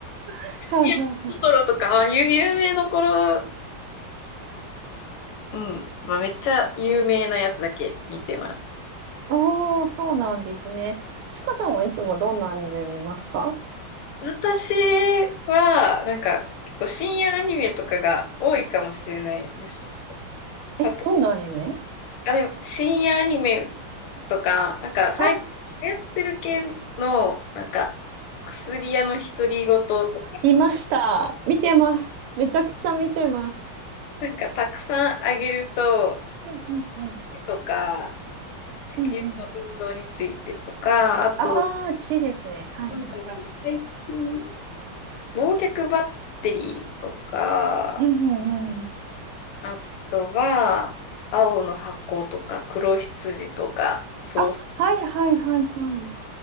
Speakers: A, on the right; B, on the left.
A: いはいはい。
B: いやトトロとか、まあ、有有名どころうん。まあ、めっちゃ有名なやつだけ見てます。
A: おー、そうなんですね。ちかさんはいつもどんなアニメ見ますか
B: 私は、なんか、結構深夜アニメとかが多いかもしれないです。
A: え、
B: あと、
A: どんなアニメ
B: あ、でも、深夜アニメとか、なんか、最近流行ってる系の、
A: あ、
B: なんか、薬屋の独り言とか、
A: 見ました。見てます。めちゃくちゃ見てます。
B: なんか、たくさんあげると、
A: うんうんうん。
B: 手とか、地球の運動についてとか、
A: うんうん。
B: あと、
A: ああ、ちですね。はいはいはい。
B: なんだろう、最近、忘却バッテリーとか、
A: うんうんうん。
B: あとは、青の箱とか、黒羊とか、そう、
A: あ、はいはいはいはい。